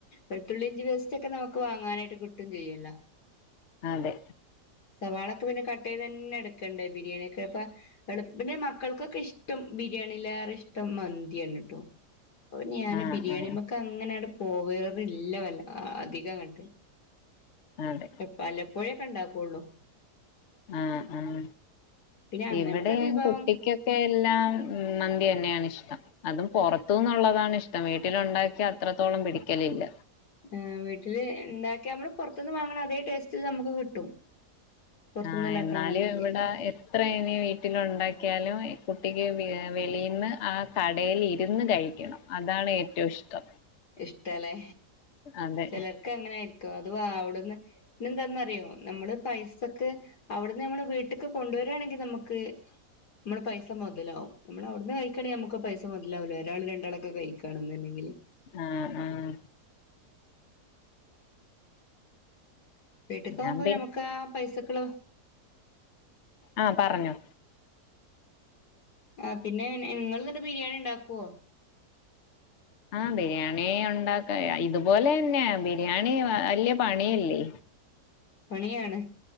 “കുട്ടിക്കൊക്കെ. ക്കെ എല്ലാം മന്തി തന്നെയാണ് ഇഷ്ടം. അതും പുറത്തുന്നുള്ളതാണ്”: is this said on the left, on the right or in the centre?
Left